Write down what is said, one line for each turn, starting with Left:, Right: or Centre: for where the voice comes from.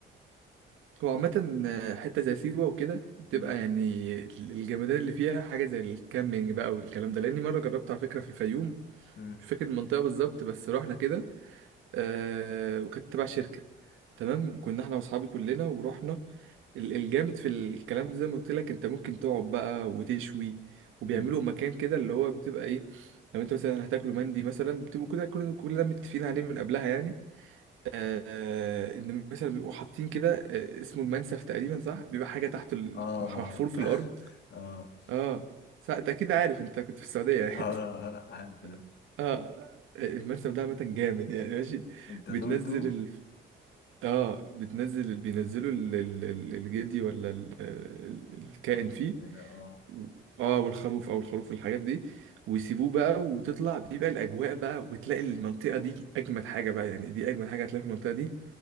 Right: هو عامة حتة زي سيوة وكده بتبقى
Left: مم.
Right: يعني ال- الجمدان اللي فيها حاجة زي الكامبينج بقى والكلام ده لأني مرة جربت على فكرة في الفيوم
Left: مم.
Right: مش فاكر المنطقة بالظبط بس رحنا كده آه وكانت تبع شركة تمام كنا احنا واصحابي كلنا ورحنا ال- الجامد في الكلام ده زي ما قلت لك انت ممكن تقعد بقى وتشوي وبيعملوا
Left: مم.
Right: مكان كده اللي هو بتبقى ايه لو انت مثلا هتاكلوا مندي مثلا بتبقوا كده كلنا كلنا متفقين عليه من قبلها يعني آه ان مثلا بيبقوا حاطين كده آه اسمه المنسف تقريبا صح بيبقى حاجه تحت ال-
Left: اه
Right: محفور في
Left: <laughs> اه
Right: الارض
Left: اه
Right: اه صح انت اكيد عارف انت كنت في السعوديه يعني
Left: اه، اه، اه، عارف ده
Right: <laughs> اه المنسف ده عامه جامد يعني ماشي
Left: انت
Right: بتنزل
Left: دوتو
Right: اه بتنزل بينزلوا ال- ال- ال- الجدي ولا ال- ال- الكائن
Left: خروف
Right: فيه
Left: وكده اه
Right: و- اه والخروف او الخروف الحاجات دي ويسيبوه بقى وتطلع بيبقى الاجواء بقى وتلاقي المنطقه دي اجمد حاجه بقى يعني دي اجمد حاجه هتلاقي في المنطقه دي